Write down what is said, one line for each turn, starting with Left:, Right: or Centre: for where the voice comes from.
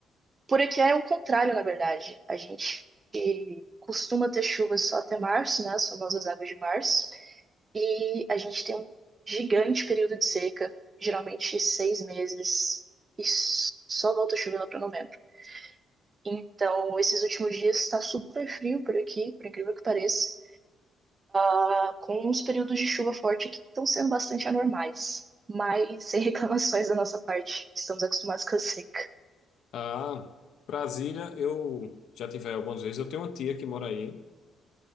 Right: Por aqui é o contrário, na verdade. A gente costuma ter chuvas só até março, né? As famosas águas de março. E a gente tem um gigante período de seca, geralmente seis meses, e só volta a chover lá para novembro. Então, esses últimos dias está super frio por aqui, por incrível que pareça, tá com uns períodos de chuva forte que estão sendo bastante anormais, mas sem <laughs> reclamações da nossa parte, estamos acostumados com a seca.
Left: Ah, Brasília, eu já tive aí algumas vezes. Eu tenho uma tia que mora aí.